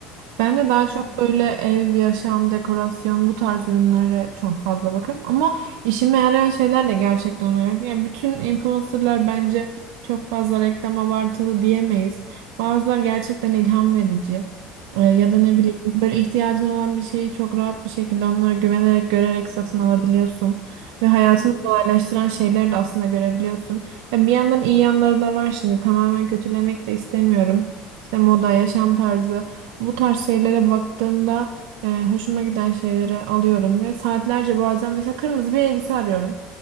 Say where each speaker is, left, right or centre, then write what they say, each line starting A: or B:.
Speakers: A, on the right; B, on the right.
A: Ben de daha
B: Hı
A: çok
B: hı.
A: böyle ev, yaşam, dekorasyon bu tarz ürünlere çok fazla bakarım. Ama işime yarayan şeyler de gerçekten oluyor. Ya bütün influencerlar bence çok fazla reklam abartılı diyemeyiz. Bazılar gerçekten ilham verici. Ee, ya da ne bileyim böyle ihtiyacın olan bir şeyi çok rahat bir şekilde onlara güvenerek, görerek satın alabiliyorsun. Ve hayatını
B: Hı hı.
A: kolaylaştıran şeyleri de aslında görebiliyorsun. Ya bir yandan iyi yanları da var şimdi. Tamamen kötülemek de istemiyorum. İşte moda, yaşam tarzı. Bu tarz şeylere baktığımda e, hoşuma giden şeyleri alıyorum ve saatlerce bazen mesela kırmızı bir elbise arıyorum.